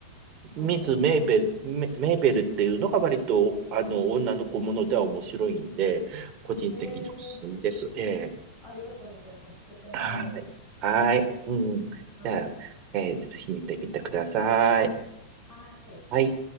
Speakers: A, on the left; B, on the right.
A: マーバラス。
B: ミズ・メーベル、メ、メーベルっていうのが割と、あの、女の子ものでは面白いんで、
A: うん、うん、うん。
B: 個人的におすすめです。
A: ええー、
B: ええ
A: ありがとうございます。絶対見よ
B: はい。はい。うん。
A: う。
B: じゃあ、
A: あ、
B: えーぜひ見てみてください。
A: うんはい。
B: はい。